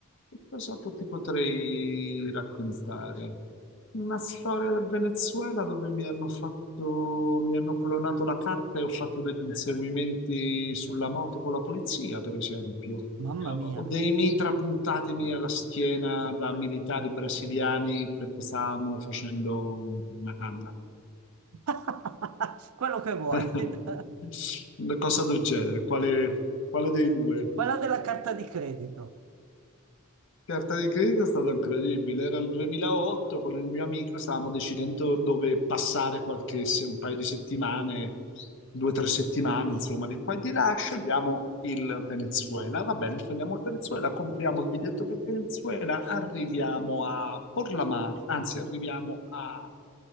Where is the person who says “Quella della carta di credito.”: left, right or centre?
Right